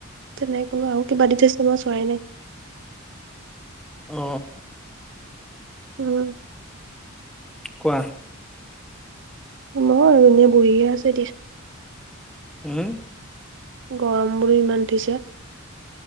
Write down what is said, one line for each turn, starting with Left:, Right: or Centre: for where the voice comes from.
Right: তেনেকে কলো আও কিবা দি থৈছে মই চোৱাই নাই
Centre: অ
Right: উম
Centre: কোৱা
Right: নহয় এনে বুঢ়ীহে আছে দিয়াচো
Centre: উম।
Right: গৰম বুলি ইমান উঠিছে।